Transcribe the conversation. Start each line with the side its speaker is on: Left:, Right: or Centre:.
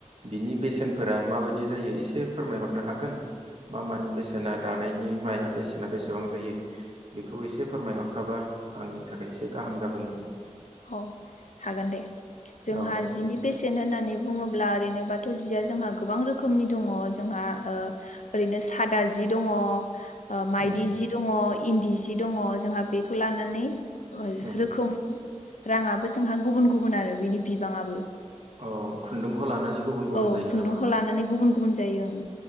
Right: बिनि बेसेनफोरा माबायदि जायो एसे फोरमायहरनो हागोन मा मानि बेसेना दानायनि माया बेसेना बेसेबां जायो बेखौ एसे फोरमायहरखाबा आंनि थाखाय एसे गाहाम जागौमोन।
Left: औ हागोनदे। जोंहा
Right: औ
Left: जिनि
Right: देलाय
Left: बेसेन होननानै बुङोब्ला ओरैनो बाथो जिया जोंहा गोबां रोखोमनि दङ जोंहा ओ ओरैनो सादा जि दङ। ओ माइदि
Right: उम
Left: जि दङ। इन्दि सि दङ जोंहा बेखौ लानानै ओइ
Right: उम
Left: रोखोम राङाबो जोंहा गुबुन गुबुन आरो बेनि बिबांआबो
Right: अ खुन्दुंखौ लानानै गुबुन गुबुन
Left: औ
Right: जायो
Left: खुन्दुंखौ
Right: नामा?
Left: लानानै गुबुन गुबुन जायो ओ।